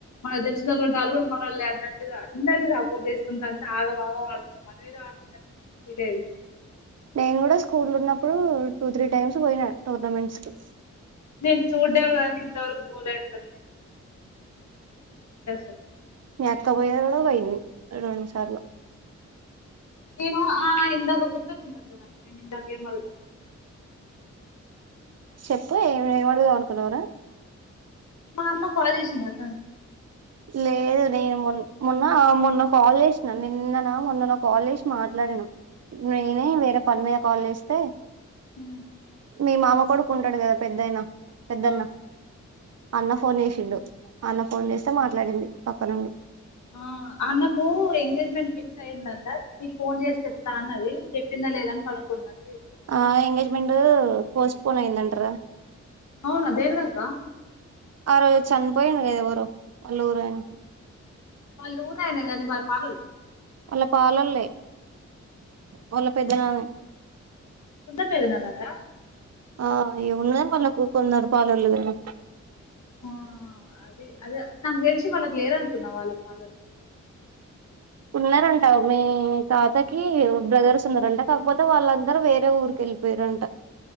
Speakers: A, on the left; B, on the right.
A: మనకు తెలిసినోళ్ళుంటే ఒళ్ళు కూడా మనోళ్లే <unintelligible> అందరి సపోర్ట్ చేసుకుంట ఆగమాగం <inaudible> మనమేదో ఆడుతున్నట్టు <inaudible> లేదు
B: నేను కూడా స్కూల్ ఉన్నప్పుడు టూ త్రీ టైమ్స్ పోయిన టోర్నమెంట్స్ కి
A: నేను చూడ్డాం కాని త వరకు పోలే అక్క <inaudible> <unintelligible>
B: మీ అక్క పోయింది కూడా పోయింది రెండుసార్లు
A: నేను ఆ ఇంతక్ <unintelligible> ఏమి మళ్ల
B: చెప్పు ఏ ఏమడుగుదాం అనుకున్నావ్ రా
A: మా అమ్మ కాల్ చేసింది వద్దని
B: లేదు నేను మొ మొన్ మొన్న కాల్ చేసి మొన్న కాల్ చేసిన నిన్న నా మొన్న నో కాల్ చేసి మాట్లాడినా నేనే వేరే పని మీద కాల్ చేస్తే
A: ఉ
B: మీ మామ కొడుకు ఉంటాడు కదా పెద్దయినా పెద్దన్న
A: ఆ
B: అన్న ఫోన్ చేసిండు అన్న ఫోన్ చేస్ మాట్లాడింది పక్కనోళ్ళు
A: ఆ అన్నకు ఎంగేజ్మెంట్ ఫిక్స్ అయ్యిందంట ఫోన్ చేసి చెప్తా అని అన్నది చెప్పిందా లేదా అని కనుకున్నది
B: ఆ ఎంగేజ్మెంట్ పోస్ట్ పోన్ అయ్యిందంట రా
A: అవునా దేనికి అక్క
B: ఆ రోజు చనిపోయింది కద ఎవరో వాళ్ళ ఊరు అయినా
A: వాళ్లు ఊరు ఆయన మన పాల్లోలు
B: వాళ్ల పాలోల్లే వాళ్ల పెద్దనాన్నే
A: ఉత్త పెద్దనాన్న నా
B: ఆ ఇ ఉన్నద వాళ్ళకు కొందరు పాలోలది ఏమో
A: ఆ అది అదే నాకు తెలిసి వాళ్ళకి లేరనుకున్నా వాళ్ళ పాలోల్లు
B: ఉన్నారంట మీ తాతకి బ్రదర్స్ ఉన్నారంట కాకపోతే వాళ్ళందరూ వేరే ఊరికి వెళ్ళిపోయిరంట